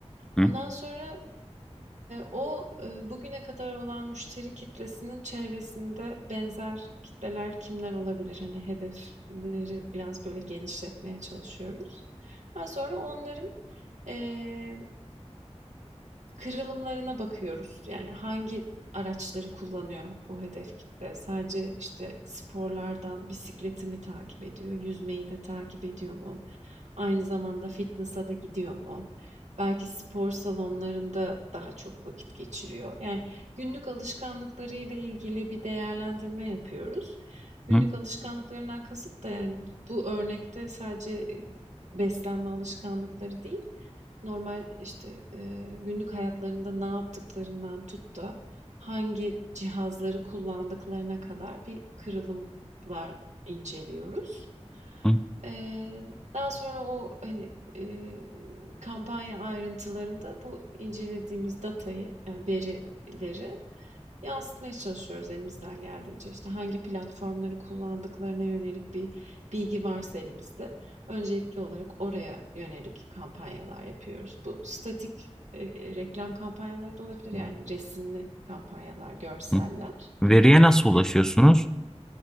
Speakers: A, in the centre; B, on the right.
A: hı,
B: Ondan sonra o bugüne kadar olan müşteri kitlesinin çevresinde benzer kitleler kimler olabilir? Hani hedefleri biraz böyle genişletmeye çalışıyoruz. Daha sonra onların eee Kırılımlarına bakıyoruz. Yani hangi araçları kullanıyor bu hedef kitle? Sadece işte sporlardan bisikleti mi takip ediyor? Yüzmeyi de takip ediyor mu? Aynı zamanda fitness'a da gidiyor mu? Belki spor salonlarında daha çok vakit geçiriyor. Yani günlük alışkanlıklarıyla ilgili bir değerlendirme yapıyoruz. Günlük
A: hı,
B: alışkanlıklarından kasıt da yani bu örnekte sadece e, beslenme alışkanlıkları değil, normal, işte, eee, günlük hayatlarında ne yaptıklarından tut da hangi cihazları kullandıklarına kadar bir kırılımlar inceliyoruz.
A: hı,
B: Eee, daha sonra o, hani, eee, kampanya ayrıntılarında bu incelediğimiz datayı, yani verileri yansıtmaya çalışıyoruz elimizden geldiğince. İşte, hangi platformları kullandıklarına yönelik bir bilgi varsa elimizde Öncelikli olarak oraya yönelik kampanyalar yapıyoruz. Bu statik e, e, reklam kampanyaları da olabilir. Yani resimli kampanyalar, görseller.
A: hı. Veriye nasıl ulaşıyorsunuz?
B: Ya-